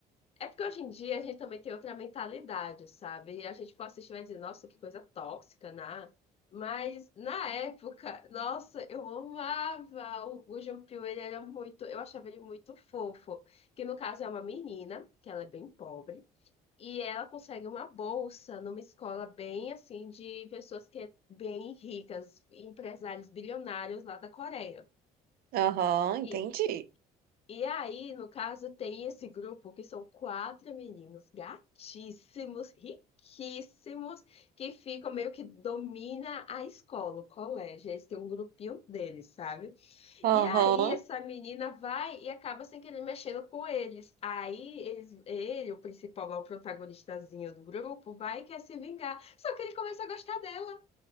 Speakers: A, on the left (about 35°); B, on the right (about 65°).
A: É porque hoje em dia a gente também tem outra mentalidade, sabe? E a gente pode assistir e vai dizer, nossa, que coisa tóxica, né? Mas na época, nossa, eu amava o, o Jean-Pierre, ele era muito. Eu achava ele muito fofo. Que no caso é uma menina, que ela é bem pobre. E ela consegue uma bolsa numa escola bem assim de pessoas que é bem ricas, empresários bilionários lá da Coreia.
B: Aham,
A: E
B: entendi.
A: e aí, no caso, tem esse grupo que são quatro meninos gatíssimos, riquíssimos, que ficam meio que domina a escola, o colégio. Eles têm um grupinho deles, sabe?
B: Aham.
A: E aí, essa menina vai e acaba sem querer mexendo com eles. Aí, eles, ele, o principal, lá, o protagonistazinho do grupo, vai e quer se vingar. Só que ele começa a gostar dela.